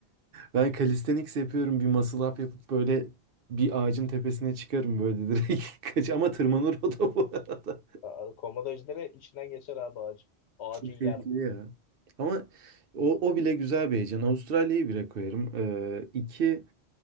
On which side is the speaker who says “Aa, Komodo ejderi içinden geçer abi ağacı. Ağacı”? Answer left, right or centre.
Left